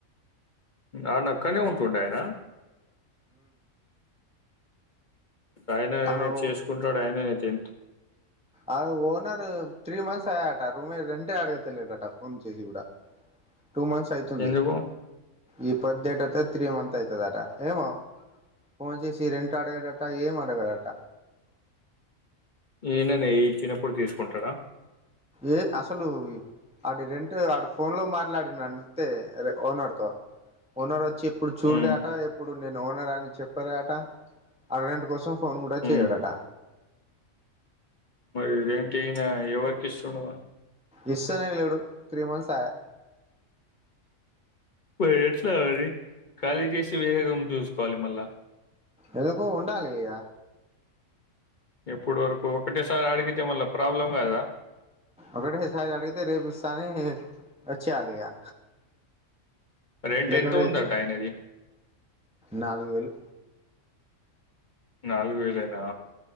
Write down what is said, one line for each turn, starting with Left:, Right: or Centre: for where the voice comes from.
Left: ఆ నక్కనే ఉంటుండయనా ఆయననే
Centre: అను
Left: చేసుకుంటాడు ఆయననేతే ఏంటి
Centre: ఆ ఓనర్ త్రీ మంత్స్ ఆయాట రూమ రెం అంటే అడగతలేడట ఫోన్ చేసి కూడా టూ మంత్స్ అయితుంది
Left: ఎందుకు
Centre: ఈ పది డేట్ అవుత త్రీ మంత్ అవుతుదట ఏమో ఫోన్ చేసి రెంట్ అడగాడట ఏం అడగాడట
Left: ఈయననే ఇచ్చినప్పుడు తీసుకుంటాడ
Centre: ఏ అసలు ఆడి రెంట్ ఆడు ఫోన్ లో మాట్లాడిన అంతే ఓనర్ తో ఓనర్ వచ్చి ఇప్పుడు చూడులేట
Left: హ్మ్
Centre: ఇప్పుడు నేను ఓనర్ అని చెప్పారట అర్నెంట్ కోసం ఫోన్ కూడా
Left: హ్మ్
Centre: చేయడట
Left: మరిదేంటినా ఎవరికి ఇస్తుండు మరి
Centre: ఇస్ అనే వెడు త్రీ మంత్స్ ఆయే
Left: ఇప్పుడు ఏడుస్తారా మరి ఖాళీ చేసి వేరే రూమ్ చూసుకోవాలి మళ్ళా
Centre: ఎందుకు ఉండాలి ఇక
Left: ఎప్పుడు వరకు ఒకటేసారి అడిగితే మళ్ళా ప్రాబ్లం కాదా
Centre: ఒకటేసారి అడిగితే రేపు ఇస్తాని ఏ అచ్చేయాలిగా
Left: రెంట్
Centre: లేకుండా
Left: ఎంత ఉందట
Centre: తెచ్చి
Left: ఆయనది?
Centre: నాలుగు వేలు
Left: నాలుగు వేలైనా